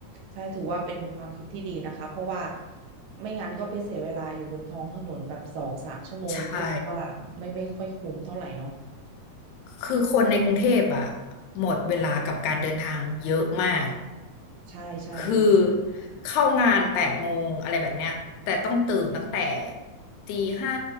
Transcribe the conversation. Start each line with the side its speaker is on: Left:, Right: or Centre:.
Right: ใช่ถือว่าเป็นความคิดที่ดีนะคะเพราะว่าไม่งั้นก็ไปเสียเวลาอยู่บนท้องถนนแบบสองสามชั่วโมงรู้สึกว่าไม่ไม่ค่อยคุ้มเท่าไหร่เนาะ
Left: ใช่ คือคนในกรุงเทพอ่ะหมดเวลากับการเดินทางเยอะมาก
Right: ใช่ใช่อันนี้
Left: คือเข้างานแปดโมงอะไรแบบเนี้ยแต่ต้องตื่นตั้งแต่ตีห้า